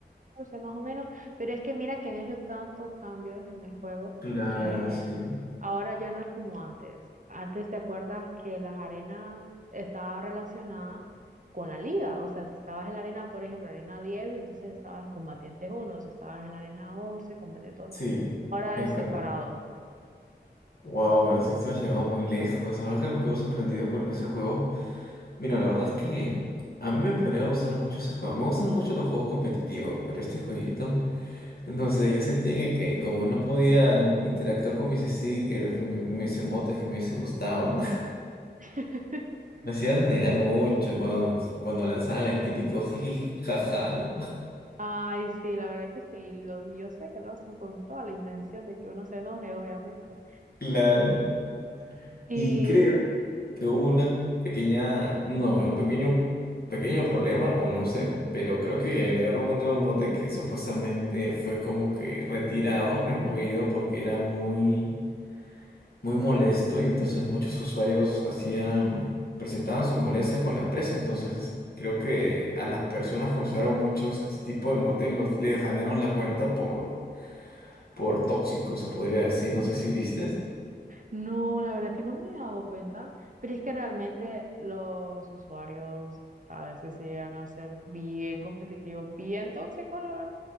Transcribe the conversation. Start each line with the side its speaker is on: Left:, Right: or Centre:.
Right: 14 más o menos, pero es que mira que han hecho tantos cambios en el juego
Left: Claro,
Right: que
Left: sí.
Right: ahora ya no es como antes. Antes te acuerdas que las arenas estaba relacionada con la liga, o sea, si estabas en la arena, por ejemplo, arena 10 entonces estabas en combatientes uno si estabas en la arena once combatientes
Left: Sí,
Right: Ahora
Left: es
Right: es
Left: correcto.
Right: separado.
Left: Wow, pero sí, esto ha llegado muy lejos. La verdad que me quedo sorprendido porque ese juego. Mira, la verdad es que a mí me podría gustar mucho ese juego. Me gustan mucho los juegos competitivos, pero este jueguito, no sé, yo sentía que, que como no podía interactuar con mis stickers, con mi- mis emotes que me hubiese gustado.
Right: <laughs>
Left: Me hacía renegar mucho cuando, cuando lanzaban el típico jiji, jaja, ¿no?
Right: Ay, sí, la verdad que sí, y lo- yo sé que lo hacen con toda la intención de que uno se enoje, obviamente.
Left: <laughs> Claro.
Right: Y
Left: Y creo que hubo una pequeña, no, un pequeño, pequeño problema, o no sé, pero creo que agregaron un nuevo mote que supuestamente fue como que retirado, removido, porque era muy, muy molesto, y entonces muchos usuarios hacían, presentaban sus molestias con la empresa. Entonces, creo que a las personas que usaron mucho este tipo de mote los, les banearon la cuenta por por tóxico, se podría decir. No sé si vistes.
Right: no, la verdad que no me he dado cuenta, pero es que realmente los usuarios a veces sí llegan a ser bien competitivos, bien tóxicos, la verdad.